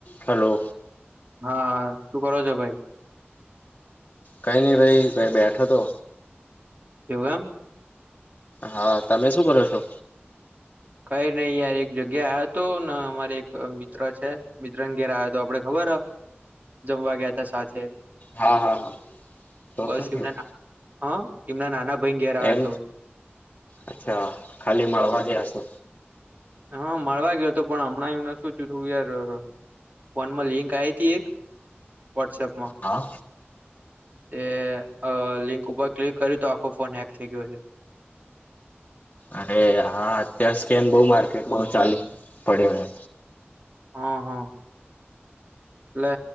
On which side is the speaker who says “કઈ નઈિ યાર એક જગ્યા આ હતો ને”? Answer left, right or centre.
Right